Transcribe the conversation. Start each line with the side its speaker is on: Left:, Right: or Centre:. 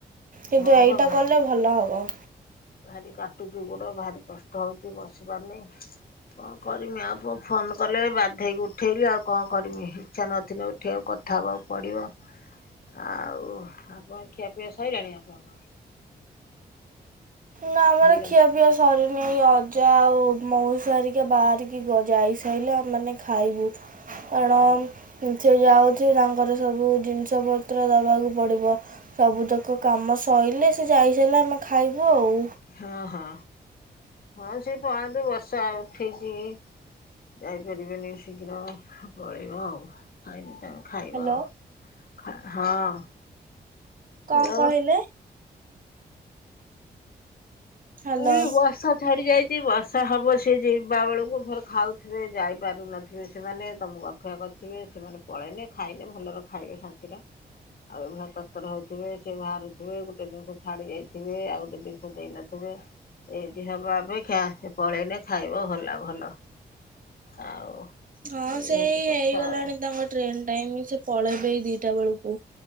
Right: କିନ୍ତୁ
Left: ହଁ
Right: ଏଇଟା
Left: ପା ଭାରି
Right: କଲେ ଭଲ ହବ।
Left: ଭାରି କାଟୁଚି ଗୋଡ଼ ଭାରି କଷ୍ଟ ହେଉଛି ବସିବା ପାଇଁ କଣ କରିମି ଆଉ ଫୋନ୍ କଲେ ବାଧୋଇକି ଉଠେଇଲି ଆଉ କଣ କରିମି ଇଚ୍ଛା ନଥିଲେ ଉଠିବାକୁ କଥା ହେବାକୁ ପଡ଼ିବ ଆଉ ଆପଣ ଖିଆପିଆ ସରିଲାଣି ଆପଣଙ୍କର?
Right: ନା ଆମର
Left: ହ୍ୟାଲୋ।
Right: ଖିଆ ପିଆ ସରିନି ନେଇ ଅଜା ଆଉ ମଉ ସାରିକା ବାହାରିକି ଯାଇସାରିଲେ ମାନେ ଖାଇବୁ। କାରଣ
Left: ଓହୋ
Right: ସେ ଯାଉଛି ତାଙ୍କର ସବୁ ଜିନିଷ ପତ୍ର ଦବାକୁ ପଡିବ। ସବୁତକ କାମ ସଇଲେ ସେ ଯାଇସାରିଲା ଆମେ ଖାଇବୁ ଆଉ।
Left: ହଁ ହଁ ହଁ ସେ ପଳାନ୍ତୁ ବର୍ଷା ଉଠେଇଛି। ଯାଇପାରିବେନି ଶୀଘ୍ର ପଳେଇବା ଆଉ। ଖାଇବି ତମେ ଖାଇବ
Right: ହ୍ୟାଲୋ
Left: ଆଉ ହଁ। ହ୍ୟାଲୋ।
Right: କଁ କହିଲେ? ହ୍ୟାଲୋ
Left: ମୁଁ କହିଲି ବର୍ଷା ଛାଡି ଯାଇଚି ବର୍ଷା ହବ ସେଇ ଯିବା ବେଳକୁ ଭର ଖାଉଥିବେ ଯାଇ ପାରୁ ନଥିବେ ସେମାନେ ତମକୁ ଅପେକ୍ଷା କରିଥିବେ ସେମାନେ ପଳେଇନେ ଖାଇନେ ଭଲର ଖାଇବେ ଶାନ୍ତିର। ଆଉ ଏ ଭଲିଆ ତରତର ହଉଥିବେ ସେ ବାହାରୁଥିବେ ଗୋଟେ ଜିନିଷ ଛାଡି ଯାଇଥିବେ ଆଉ ଗୋଟେ ଜିନିଷ ଦେଇନ ଥିବେ ଏନ୍ତି ହବା ଅପେକ୍ଷା ପଳେଇଲେ ଖାଇବ ଭଲ ଭଲ। ଆଉ।
Right: ହଁ
Left: ଏଇ
Right: ସେଇ
Left: ହଉଛି
Right: ହେଇଗଲାଣି
Left: କଥା ଆଉ।
Right: ତାଙ୍କ ଟ୍ରେନ୍ ଟାଇମ ସେ ପଳେଇ ଇବେ ଦିଟା ବେଳକୁ